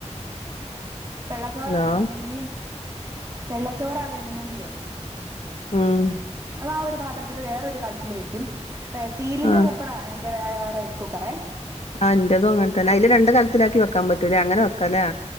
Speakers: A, on the right; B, on the left.
A: വെള്ളച്ചോറാ
B: ഹലോ
A: വേണതെങ്കും വെള്ളച്ചോറാ വേണതെങ്കിലേ.
B: ഉം
A: അതാ ആ ഒരു പാത്രത്തില് വേറെൊരു കാര്ത്തിൽ വെക്കും സീലിന്റെ
B: ആഹ്
A: കുക്കറിണ്. ആ ആ റൈസ് കുക്കറെ.
B: ആഹ് ഇന്റതും അങ്ങൻ തന്നെ അതില് രണ്ട കൽത്തിലാക്കി വെക്കാൻ പറ്റൂല അങ്ങനെ വെക്കാല്ലേ.